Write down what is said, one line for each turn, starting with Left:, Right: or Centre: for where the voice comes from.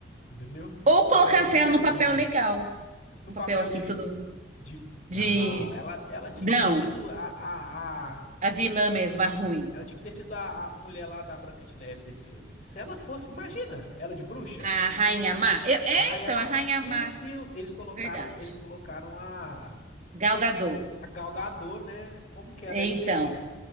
Left: entendeu?
Right: Ou
Left: Enquanto
Right: colocasse
Left: ela estiver
Right: ela no
Left: viva.
Right: papel legal.
Left: Num
Right: Um
Left: papel
Right: papel assim
Left: de,
Right: que todo mundo.
Left: de... Não,
Right: De.
Left: ela, ela tinha
Right: Não,
Left: que ter sido a, a, a-
Right: a vilã mesmo, a ruim.
Left: Ela tinha que ter sido a, a mulher lá da Branca de Neve desse filme. Se ela fosse, imagina, ela de bruxa,
Right: A Rainha Má. Eu-
Left: a
Right: É,
Left: Rainha
Right: então,
Left: Má.
Right: a Rainha
Left: Meu
Right: Má.
Left: Deus, eles colocaram,
Right: Verdade.
Left: eles colocaram a
Right: Gal Gadot.
Left: a Gal Gadot, né? Como que ela
Right: É,
Left: é feia?
Right: Então.